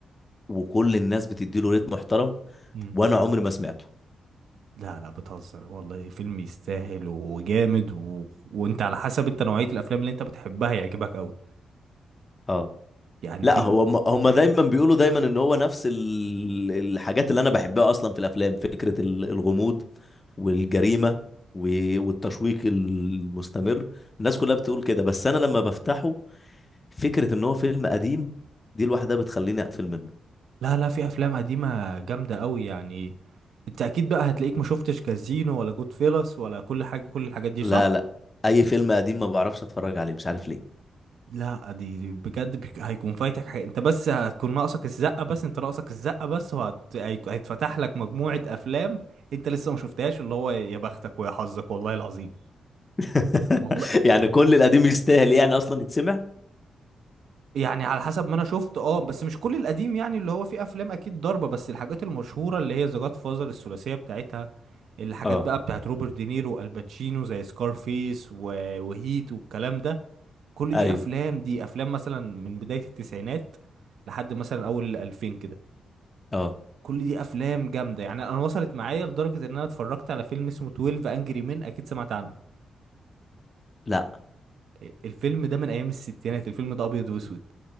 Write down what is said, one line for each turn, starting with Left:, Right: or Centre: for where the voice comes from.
Left: وكل الناس بتدي له ريت محترم
Right: مم.
Left: وانا عمري ما سمعته
Right: لا لا بتهزر والله فيلم يستاهل وجامد و... وانت على حسب انت نوعيه الافلام اللي انت بتحبها يعجبك قوي
Left: اه
Right: يعني
Left: لا
Right: فيلم
Left: هو هم هم دايما بيقولوا دايما ان هو نفس ال- الحاجات اللي انا بحبها اصلا في الافلام فكره ال- الغموض والجريمة و- والتشويق المستمر الناس كلها بتقول كده بس أنا لما بفتحه فكرة إن هو فيلم قديم دي لوحدها بتخليني أقفل منه
Right: لا لا في افلام قديمه جامده قوي يعني انت اكيد بقى هتلاقيك ما شفتش كازينو ولا جود فيلس ولا كل حاجه كل الحاجات دي
Left: لا
Right: صح
Left: لا أي فيلم قديم ما بعرفش أتفرج عليه مش عارف ليه
Right: لا دي دي بجد بيك- هيكون فايتك حاجة انت بس هتكون ناقصك الزقة بس انت ناقصك الزقة بس وهت... هي- هيتفتح لك مجموعة افلام انت لسه ما شفتهاش اللي هو يا بختك ويا حظك والله العظيم
Left: <laughs>
Right: والله
Left: يعني كل القديم يستاهل يعني أصلا يتسمع
Right: يعني على حسب ما انا شفت اه بس مش كل القديم يعني اللي هو فيه افلام اكيد ضربة بس الحاجات المشهورة اللي هي ذا جاد فازر الثلاثية بتاعتها الحاجات
Left: اه
Right: بقى بتاعت روبرت دينيرو والباتشينو زي سكارفيس و... وهيت والكلام ده كل
Left: أيوه
Right: دي افلام دي افلام مثلا من بداية التسعينات لحد مثلا اول الالفين كده
Left: اه
Right: كل دي افلام جامده يعني انا وصلت معايا لدرجه ان انا اتفرجت على فيلم اسمه 12 انجري مين اكيد سمعت عنه
Left: لا
Right: إيه، الفيلم ده من ايام الستينات الفيلم ده ابيض واسود